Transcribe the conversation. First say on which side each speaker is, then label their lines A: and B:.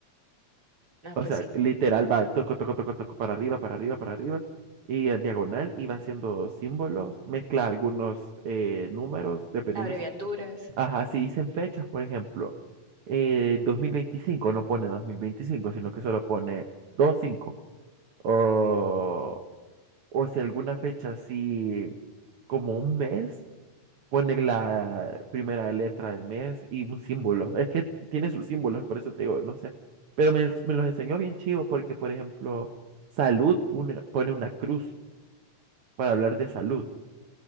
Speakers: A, on the right; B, on the right.
A: Ah,
B: O
A: pues
B: sea,
A: sí,
B: literal va toco, toco, toco, toco para arriba, para arriba, para arriba. Y en diagonal y va haciendo símbolos, mezcla algunos eh, números, dependiendo
A: abreviaturas.
B: si... Ajá, si dicen fechas, por ejemplo, eh, 2025 no pone 2025 sino que solo pone 25. O, o si alguna fecha así como un mes, poner la primera letra del mes y un símbolo. Es que tiene sus símbolos, por eso te digo, no sé. Pero me, me los enseñó bien chido porque, por ejemplo, salud pone, pone una cruz para hablar de salud.